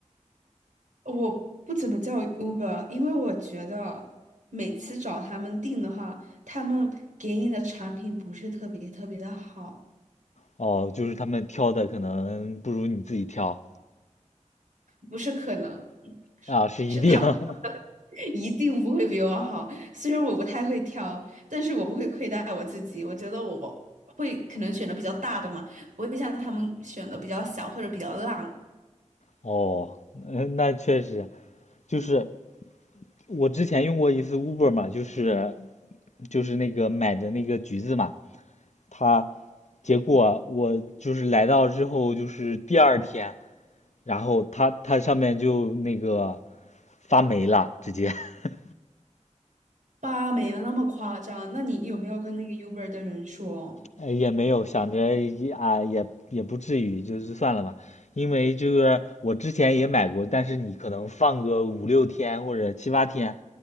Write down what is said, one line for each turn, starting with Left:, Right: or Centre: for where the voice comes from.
Right: 我不怎么叫 Uber，因为我觉得每次找他们订的话，他们给你的产品不是特别特别的好。
Left: 哦，就是他们挑的可能不如你自己挑。
Right: 不是可能，
Left: 啊，是一定。
Right: 是他们
Left: <laughs>
Right: <laughs> 一定不会比我好。虽然我不太会挑，但是我不会亏待我自己。我觉得我会可能选的比较大的嘛，不会像他们选的比较小或者比较烂。
Left: 哦，嗯，那确实，就是我之前用过一次 Uber 嘛，就是就是那个买的那个橘子嘛，它结果我就是来到之后，就是第二天，然后它它上面就那个发霉了，直接。<laughs>
Right: 吧，没那么夸张。那你有没有跟那个 Uber 的人说？
Left: 呃，也没有想着也啊，也也不至于，就是算了吧。因为就是我之前也买过，但是你可能放个五六天或者七八天，